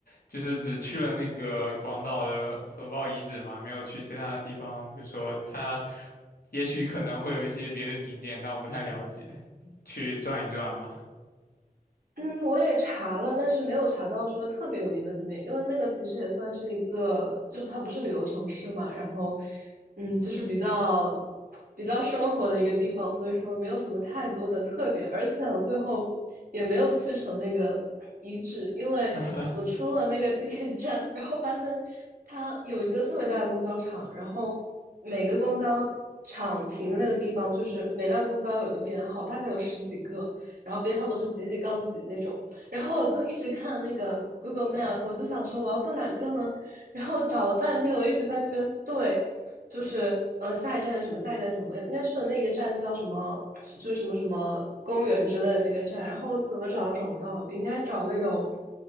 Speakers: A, on the left; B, on the right.
A: 就是只去了那个广岛的核爆遗址吗？没有去其他的地方，比如说它也许可能会有一些别的景点，但我不太了解，去转一转吗？
B: 嗯，我也查了，但是没有查到说特别有名的景点，因为那个其实也算是一个，就它不是旅游城市嘛，然后，嗯，就是比较比较生活的一个地方，所以说没有什么太多的特点，而且我最后也没有去成那个遗址，因为我出了那个地铁站，
A: <laughs>
B: 然后发现它有一个特别大的公交场，然后每个公交场停的那个地方，就是每辆公交有个编号，大概有十几个。然后编号都是几几杠几那种。然后我就一直看那个 Google Map，我就想说我要坐哪个呢？然后找了半天，我一直在那边对，就是呃下一站是什么，下一站是什么，应该去的那个站就叫什么，就是什么什么公园之类的那个站。然后我怎么找都找不到，我应该找了有